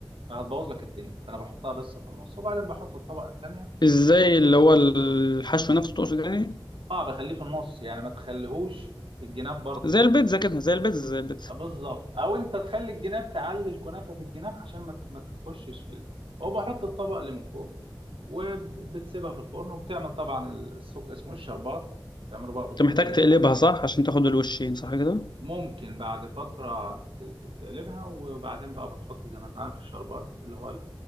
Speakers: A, on the right; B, on the left.
A: فهتبوظ لك الدنيا فانا بحطها بس في النص وبعدين بحط الطبقه التانيه
B: ازاي اللي هو الحشو نفسه تقصد يعني
A: اه بخليه في النص يعني ما تخليهوش في الجناب برضو
B: زي البيتزا
A: لا،
B: كده زي البيتزا زي البيتزا
A: بالظبط او انت تخلي الجناب تعلي الكنافه في الجناب عشان ما ما تخشش في ال- وبحط الطبق اللي من فوق وبتسيبها في الفرن وبتعمل طبعا السوق اسمه الشربات تعمله بقى بط-
B: انت محتاج
A: باي
B: تقلبها
A: طريقه
B: صح عشان تاخد الوشين صح كده
A: ممكن بعد فتره ت- ت- تقلبها وبعدين بقى بتحط زي ما انت عارف الشربات اللي هو